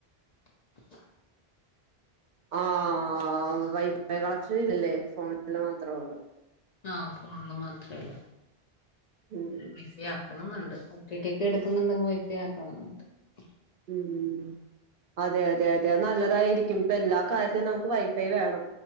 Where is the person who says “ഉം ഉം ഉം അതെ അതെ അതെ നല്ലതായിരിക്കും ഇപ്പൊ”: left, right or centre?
Right